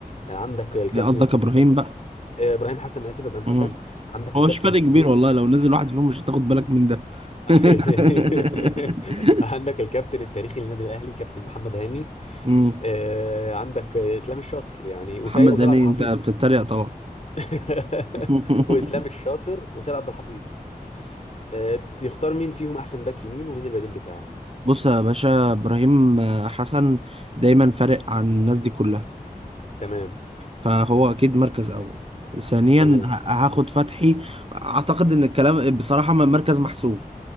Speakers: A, on the left (about 50°); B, on the right (about 40°).
A: آه، عندك الكابتن
B: يعني قصدك
A: الكبير
B: ابراهيم بقى
A: آه، ابراهيم حسن اسف ابراهيم
B: مم.
A: حسن عندك
B: هو
A: الكابتن
B: مش فرق
A: الكبير
B: كبير والله لو نزل واحد فيهم مش هتاخد بالك من ده
A: <laughs>
B: <laughs>
A: عندك الكابتن التاريخي للنادي الاهلي كابتن محمد هاني
B: مم.
A: آه، عندك اسلام الشاطر يعني وسيد
B: محمد
A: وسيد
B: هاني
A: عبد الحفيظ
B: انت بتتريق طبعا
A: <laughs>
B: <laughs>
A: واسلام الشاطر وسيد عبد الحفيظ آه، تختار مين فيهم احسن باك يمين ومين البديل بتاعه
B: بص يا باشا ابراهيم حسن دايما فارق عن الناس دي كلها
A: تمام
B: فهو اكيد مركز اول ثانيا
A: تمام
B: ه- هاخد فتحي اعتقد ان الكلام بصراحة ما مركز محسوب